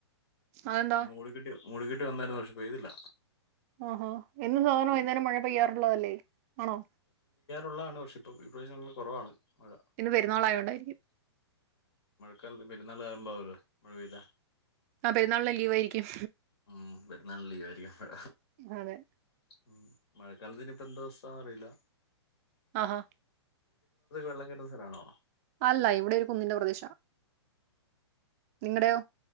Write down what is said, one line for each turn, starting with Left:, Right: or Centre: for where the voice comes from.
Right: അതെന്താ
Left: ന്ന് മൂടി കിട്ടിയോ മൂടികെട്ടി വന്നായിരുന്നു പക്ഷെ പെയ്തില്ല
Right: ആഹാ എന്നും സാധാരണ
Left: ഉം
Right: വൈന്നാരം മഴ പെയ്യാറുള്ളതല്ലേ ആണോ
Left: ഉള്ളാണ് പക്ഷെ ഇപ്പം ഇപ്രാവശ്യം കൊറവാണ് മഴ
Right: ഇന്ന് പെരുന്നാൾ ആയോണ്ടായിരിക്കും
Left: കെൽ പെരുന്നാള് അഅമ്പാവൂലെ മഴ പെഴ്ത
Right: അതെ നാളെ ലീവ് ആയിരിക്കും
Left: ഉം പെരുന്നാളിന് ലീവായിരിക്കും മഴ
Right: അതെ
Left: ഉം മഴക്കാലത്തിനിപ്പം എന്താ അവസ്ഥാറിയില്ല
Right: ആഹാ
Left: വെള്ളം കേറുന്ന സ്ഥലാണോ
Right: അല്ല ഇവിടെ ഒരു കുന്നിന്റെ പ്രദേശ നിങ്ങടെയോ?